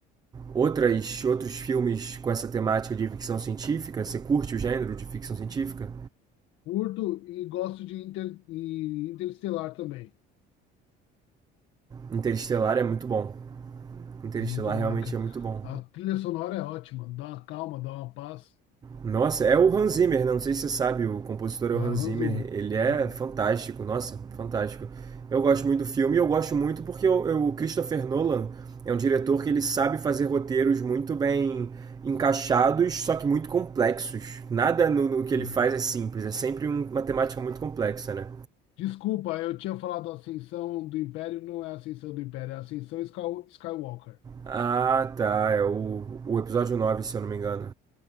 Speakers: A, on the right (about 20°); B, on the left (about 70°).
A: outras, outros filmes com essa temática de ficção científica? Você curte o gênero de ficção científica?
B: Curto e gosto de Inter, e Interestelar também.
A: Interestelar é muito bom. Interestelar
B: Muito bom.
A: realmente
B: A, ca-
A: é muito bom.
B: a trilha sonora é ótima, dá uma calma, dá uma paz.
A: Nossa, é o Hans Zimmer, né? não sei se você sabe, o compositor é
B: É
A: o Hans
B: o Hans
A: Zimmer.
B: Zimmer.
A: Ele é
B: Hans Zimmer.
A: fantástico, nossa, fantástico. Eu gosto muito do filme e eu gosto muito porque eu, eu- o Christopher Nolan é um diretor que ele sabe fazer roteiros muito bem encaixados, só que muito complexos. Nada no, no que
B: Uhum.
A: ele faz é simples, é sempre um- uma temática muito complexa, né?
B: Desculpa, eu tinha falado Ascensão do Império, não é Ascensão do Império, é Ascensão Sky- Skywalker.
A: Ah, tá. É o, o episódio 9, se eu não me engano.